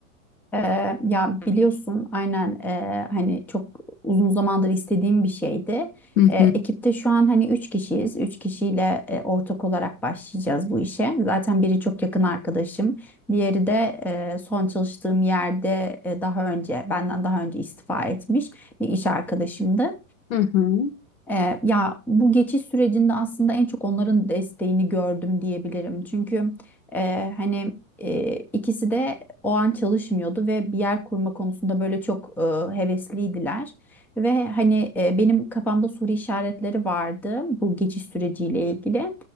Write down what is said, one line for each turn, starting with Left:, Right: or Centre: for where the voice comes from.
Centre: Ee, ya biliyorsun aynen e, hani çok uzun zamandır istediğim bir şeydi.
Left: Hı
Centre: Ee,
Left: hı.
Centre: ekipte şu an hani üç kişiyiz. Üç kişiyle e, ortak olarak başlayacağız bu işe. Zaten biri çok yakın arkadaşım. Diğeri de e, son çalıştığım yerde e, daha önce benden daha önce istifa etmiş bir iş arkadaşımdı.
Left: Hı hı.
Centre: Ee, ya bu geçiş sürecinde aslında en çok onların desteğini gördüm diyebilirim. Çünkü e, hani e, ikisi de o an çalışmıyordu ve bir yer kurma konusunda böyle çok e, hevesliydiler. Ve hani e, benim kafamda soru işaretleri vardı bu geçiş süreciyle ilgili.